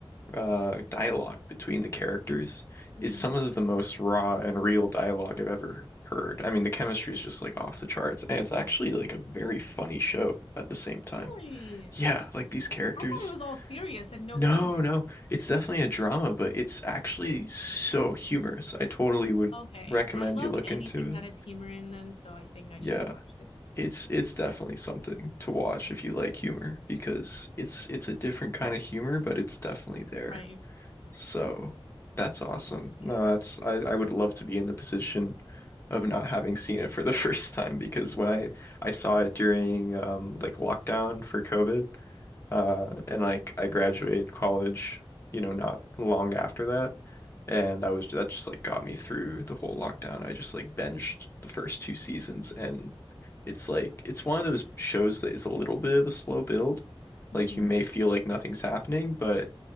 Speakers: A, on the left; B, on the left.
A: uh dialogue between the characters
B: hmm
A: is some of the most raw and real dialogue I've ever heard. I mean, the chemistry is just like off the charts and it's actually like a very funny show at the same time.
B: Really? I
A: Yeah, like these characters.
B: thought it was all serious and no
A: No,
B: humor.
A: no, it's definitely a drama, but it's actually so humorous. I totally would
B: Okay.
A: recommend
B: I love
A: you look
B: anything
A: into
B: that
A: it.
B: has humor in them, so I think I
A: Yeah.
B: should watch it.
A: It's it's definitely something to watch if you like humor because it's it's a different kind of humor, but it's definitely there.
B: Right.
A: So that's awesome. No,
B: Interesting.
A: that's I, I would love to be in the position of not having seen it for the <laughs> first time because when I I saw it during um like lockdown for COVID, uh, and like I graduated college, you know, not long after that. And that was that just like got me through the whole lockdown. I just like binged the first two seasons and it's like it's one of those shows that is a little bit of a slow build.
B: hmm
A: Like you may feel like nothing's happening, but